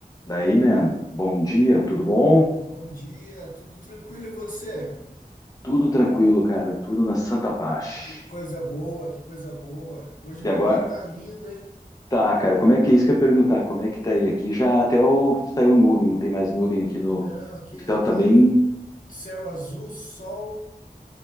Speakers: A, on the left (about 25°); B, on the left (about 60°).
A: Daí, man, bom dia, tudo bom?
B: Bom dia, tudo tranquilo e você?
A: Tudo tranquilo, cara, tudo na santa paz.
B: Que coisa boa, que coisa boa. Hoje
A: E
B: o
A: agora,
B: dia tá lindo, hein?
A: tá, cara, como é que é isso que eu ia perguntar? Como é que tá aí? Aqui já até o, saiu nuvem, não tem mais nuvem aqui no.
B: Não, aqui,
A: O céu
B: aqui
A: tá bem.
B: céu azul, sol